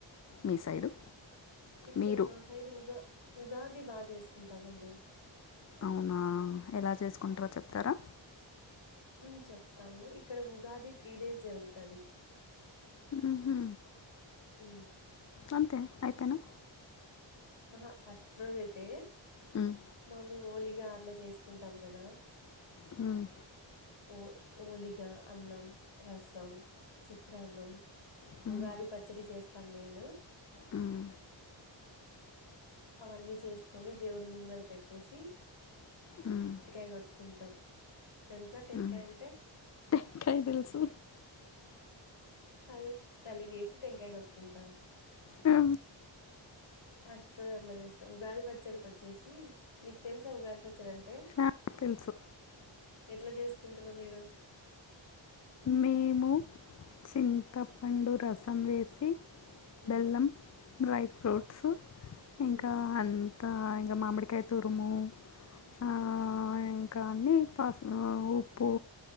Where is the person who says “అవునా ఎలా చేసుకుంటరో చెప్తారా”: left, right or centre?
Left